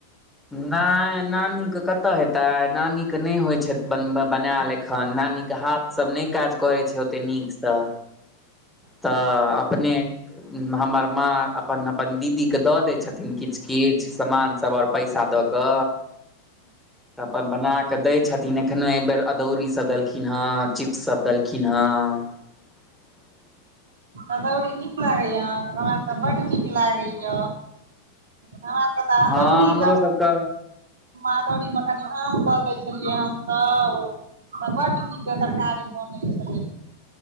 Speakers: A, in the centre; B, on the right.
A: नय नानीे के कतय हेतै नानी के नय होय छै बन बनायल एखन नानी के हाथ सब नै काज करै छै ओते नीक तऽ तऽ अपने हमर माँ अपन अपन दीदीके दऽ दै छथिन किछ किछ सामान सभ आओर पैसा दऽ कऽ तऽ अपन बनाकऽ दै छथिन एखन एहिबर अदौरीसभ देलखिन हँ चिप्ससभ देलखिन हँ <inaudible>
B: अदौड़ी नीक लागैय अहां तऽ हमरा तऽ बड्ड नीक लागैय हमरा के तऽ अदौरी
A: हँ हमरो
B: त
A: सबके
B: अदौरी मे कनी आम दऽ दै छलियै हम सब तऽ बड नीक एकर तरकाड़ी बनै छै